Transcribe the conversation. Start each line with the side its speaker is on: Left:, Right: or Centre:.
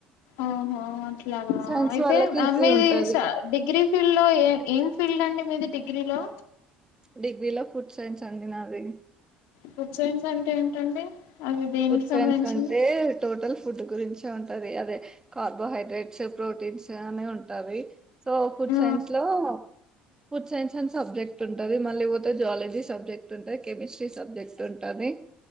Left: ఓహో అట్లాగా
Right: సైన్స్
Left: అయితే
Right: వాళ్ళకి ఈజీ
Left: మీది
Right: ఉంటది
Left: డిగ్రీ ఫీల్డ్ లో ఏ ఏం ఫీల్డ్ అండి మీది డిగ్రీలో
Right: డిగ్రీలో ఫుడ్ సైన్స్ అండి నాది
Left: ఫుడ్ సైన్స్ అంటే ఏంటండి అది దేనికి
Right: ఫుడ్ సైన్స్
Left: సంబంధించింది
Right: అంటే టోటల్ ఫుడ్ గురించే ఉంటది అదే కార్బోహైడ్రేట్స్ ప్రోటీన్స్ అని ఉంటావి సో ఫుడ్
Left: ఆ
Right: సైన్స్ లో ఫుడ్ సైన్స్ అం సబ్జెక్ట్ ఉంటుంది మళ్ళీ పోతే జాలజీ సబ్జెక్ట్ ఉంటుంది కెమిస్ట్రీ సబ్జెక్ట్ ఉంటుంది